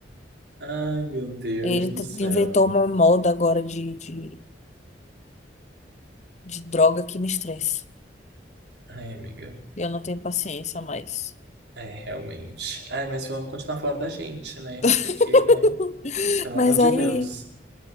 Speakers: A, on the right; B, on the left.
A: Ai, meu Deus
B: ele
A: do
B: t-
A: céu.
B: inventou uma moda agora de, de, de droga que me estressa.
A: Ai, amiga.
B: Eu não tenho paciência mais.
A: É, realmente. Ai, mas vamos continuar falando da gente, né?
B: <laughs>
A: Porque, né? Pelo
B: Mas
A: amor de
B: aí,
A: Deus.